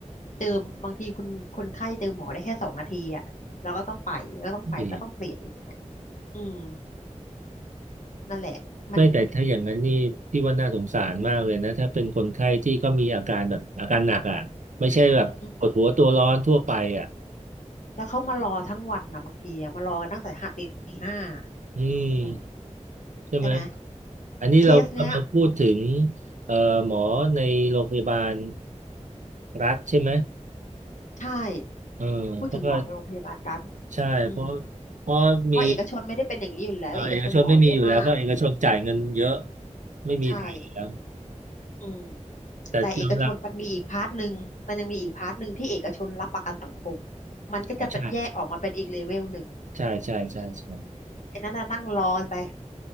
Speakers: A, on the left; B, on the right.
A: เจอบางทีคุณคนไข้เจอหมอได้แค่สองนาทีอ่ะแล้วก็ต้องไปแล้วก็ต้องไปก็ต้องเปลี่ยนอีก
B: โอเค
A: อืมนั่นแหละมัน
B: ไม่แต่ถ้าอย่างนั้นนี่พี่ว่าน่าสงสารมากเลยนะถ้าเป็นคนไข้ที่ก็มีอาการแบบอาการหนักอ่ะไม่ใช่แบบปวดหัวตัวร้อนทั่วไปอ่ะ
A: อืมแล้วเขามารอทั้งวันนะบางทีอะมารอกันตั้งแต่ห้าตีห้า
B: อืม
A: อืม
B: ใช่ไหม
A: ใช่ไหม
B: อันนี้เรากำลังพูดถึง
A: เคสเนี้ย
B: เอ่อหมอในโรงพยาบาลรัฐใช่ไหม
A: ใช่
B: เออเพราะว่า
A: พูดถึงหมอในโรงพยาบาลรัฐ
B: ใช่เพราะ
A: อืม
B: เพราะมี
A: เพราะเอกชนไม่ได้เป็นอย่างนี้อยู่แล้วเอกชนหมอเยอะมาก
B: เอ่อเอกชนไม่มีอยู่แล้วเพราะเอกชนจ่ายเงินเยอะไม่มีทางแล้ว
A: ใช่อืม
B: แต่ยอมรับ
A: แต่เอกชนมันมีอีกพาร์ทหนึ่งมันยังมีอีกพาร์ทหนึ่งที่เอกชนรับประกันสังคมมันก็จะเป็นแยกออกมาเป็นอีกเลเวลหนึ่ง
B: อ๋อใช่ใช่ใช่ใช่ใช่
A: อืมไอ้นั่นน่ะนั่งรอกันไป